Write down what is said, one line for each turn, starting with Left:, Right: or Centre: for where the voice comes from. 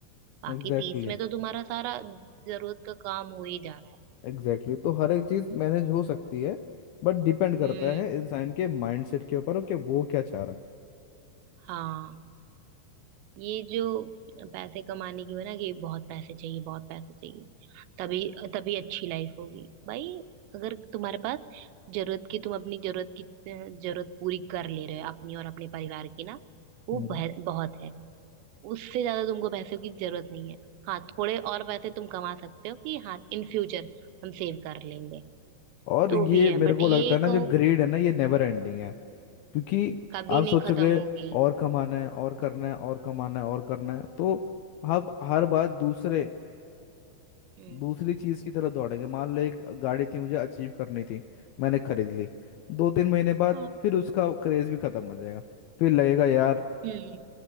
Right: बाकी
Left: Exactly
Right: तीस में
Left: exactly,
Right: तो तुम्हारा सारा जरूरत का काम हो ही जा रहा है
Left: exactly exactly. तो हर एक चीज मैनेज हो सकती है बट डिपेंड करता
Right: हम्म
Left: है इंसान के माइंडसेट के ऊपर कि वो क्या चाह रहा है
Right: हाँ ये जो पैसे कमाने की वजह ना कि बहुत पैसे चाहिए बहुत पैसे चाहिए तभी तभी अच्छी लाइफ होगी भाई अगर तुम्हारे पास जरूरत की तुम अपनी जरूरत की जरूरत पूरी कर ले रहे हो अपनी और अपने परिवार की ना वो
Left: हम्म।
Right: बह- बहुत है उससे ज्यादा तुमको पैसों की जरूरत नहीं है हाँ थोड़े और पैसे तुम कमा सकते हो कि हाँ इन फ्यूचर हम सेव कर लेंगे
Left: और
Right: तो
Left: ये
Right: वो भी है
Left: मेरे
Right: बट
Left: को
Right: ये
Left: लगता है ना
Right: कहो
Left: जो ग्रीड
Right: कि
Left: है ना ये नेवर एंडिंग है क्योंकि
Right: कभी
Left: आप
Right: नहीं
Left: सोचोगे
Right: खत्म होगी
Left: और कमाना है और करना है और कमाना है और करना है तो आप हर बार दूसरे
Right: हम्म
Left: दूसरी चीज की तरफ दौड़ेंगे मान लो एक गाड़ी थी मुझे अचीव करनी थी मैंने खरीद ली दो तीन महीने बाद
Right: हाँ
Left: फिर उसका क्रेज भी खत्म हो जाएगा फिर लगेगा यार
Right: हम्म